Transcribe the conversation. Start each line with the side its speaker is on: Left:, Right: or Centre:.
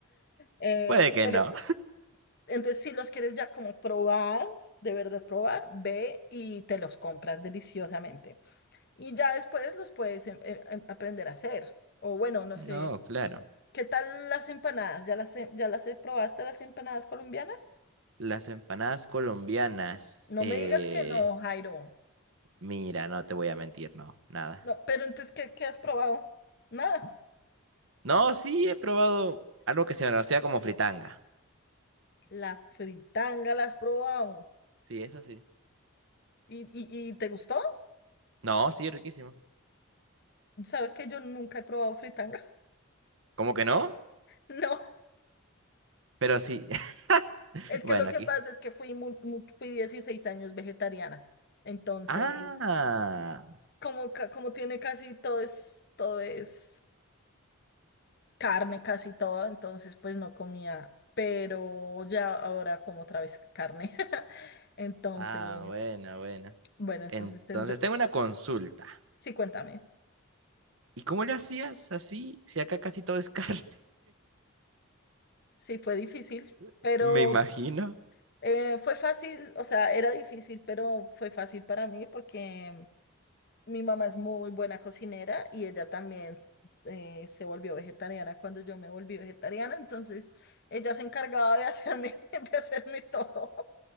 Left: Eh,
Right: Puede que
Left: pero
Right: no.
Left: Entonces, si los quieres ya como probar, de verdad probar, ve y te los compras deliciosamente. Y ya después los puedes em- em- em- aprender a hacer. O bueno, no
Right: No,
Left: sé,
Right: claro.
Left: ¿qué tal las empanadas? ¿Ya las, he- ya las he- probaste las empanadas colombianas?
Right: Las empanadas colombianas.
Left: No
Right: eh,
Left: me digas que no, Jairo.
Right: mira, no te voy a mentir, no, nada.
Left: No, pero entonces, ¿qué, qué has probado? Nada.
Right: No, sí he probado algo que se conocía como fritanga.
Left: La fritanga la has probado.
Right: Sí, eso sí.
Left: ¿Y, y, y te gustó?
Right: No, sí, riquísimo.
Left: ¿Sabes que yo nunca he probado fritanga? <laughs>
Right: ¿Cómo que no?
Left: No.
Right: Pero sí. <laughs>
Left: Es
Right: Bueno,
Left: que lo que
Right: aquí.
Left: pasa es que fui, mu- mu- fui 16 años vegetariana. Entonces,
Right: Ah,
Left: como, ca- como tiene casi todo es, todo es carne, casi todo, entonces pues no comía. Pero ya ahora como otra vez carne. <laughs> Entonces,
Right: ah, bueno, bueno.
Left: bueno, entonces
Right: Entonces
Left: tendré...
Right: tengo una consulta.
Left: Sí, cuéntame.
Right: ¿Y cómo le hacías así? Si acá casi todo es carne.
Left: Sí, fue difícil,
Right: <laughs>
Left: pero
Right: Me imagino.
Left: eh, fue fácil, o sea, era difícil, pero fue fácil para mí porque... Mi mamá es muy buena cocinera y ella también eh, se volvió vegetariana cuando yo me volví vegetariana, entonces ella se encargaba de hacerme, <laughs> de hacerme todo.